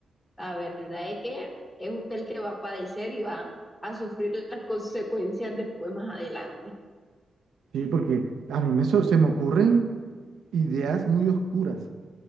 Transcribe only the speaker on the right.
Sí, porque a mí me, so- se me ocurren ideas muy oscuras.